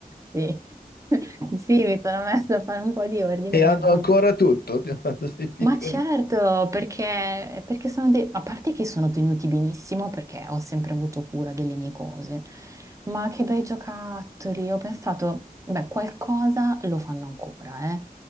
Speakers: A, on the right (about 20°); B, on the left (about 75°).
A: Sì. <laughs> Sì, mi sono messa a fare un po' di ordine
B: E
A: e
B: hanno
A: mia mamma
B: ancora tutto, <laughs> di quando sei piccoli.
A: Ma certo, perché, perché sono dei... A parte che sono tenuti benissimo perché ho sempre avuto cura delle mie cose, ma che bei giocattoli! Ho pensato, beh, qualcosa lo fanno ancora, eh.